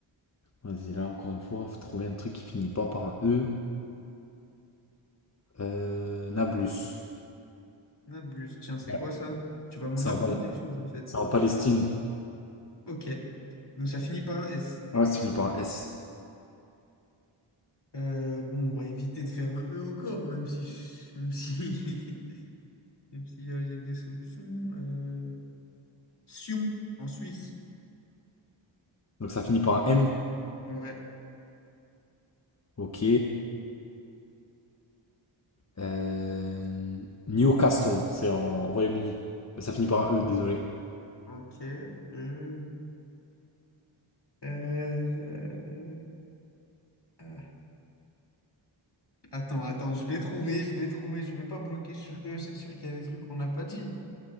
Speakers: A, on the left; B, on the left.
A: Vas-y, là encore une fois, faut trouver un truc qui finit pas par un E. Euh, Nablus.
B: Nablus, tiens, c'est
A: Ouais.
B: quoi ça? Tu vas m'en
A: C'est
B: apprendre
A: en, Pal-
B: des choses, en fait.
A: c'est en Palestine.
B: Ok. Donc ça finit par un S.
A: Ah Ouais, ça finit par un S.
B: Euh, bon, on va éviter de faire un E encore, même si, je- même si <laughs> Et puis, il y a, il y a des solutions. Euh... Sion, en Suisse.
A: Donc ça finit par un N.
B: Ouais,
A: Ok. Euh, Newcastle, c'est en Royaume-Uni. Mais ça finit par un E, désolé.
B: ok. Euh, euh, euh, ah. Attends, attends, je vais trouver, je vais trouver, je vais pas bloquer sur eux, c'est sûr qu'il y a des trucs qu'on n'a pas dit.